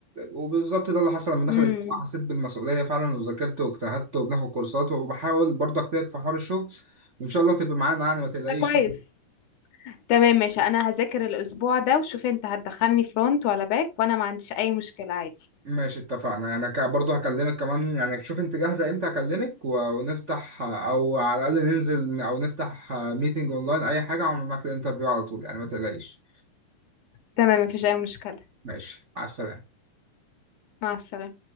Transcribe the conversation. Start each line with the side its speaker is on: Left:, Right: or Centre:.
Right: وبالظبط ده اللي حصل لما دخل
Left: امم
Right: الجامعة حسيت بالمسؤولية فعلا وذاكرت واجتهدت وبناخد كورسات وبحاول برضه اجتهد في حوار الشغل وإن شاء الله تبقى معانا يعني ما تقلقيش
Left: ده كويس
Right: يعني
Left: تمام ماشي انا هذاكر الاسبوع ده وشوف انت هتدخلني فرونت ولا باك وانا ما عنديش اي مشكله عادي
Right: ماشي اتفقنا أنا ك- برضه هكلمك كمان يعني شوف أنت جاهزة إمتى هكلمك و- ونفتح أو على الأقل ننزل أو نفتح ميتنج أونلاين أي حاجة أعمل معاك الانترفيو على طول يعني ما تقلقيش
Left: تمام مفيش اي مشكله
Right: ماشي على السلامة
Left: مع السلامه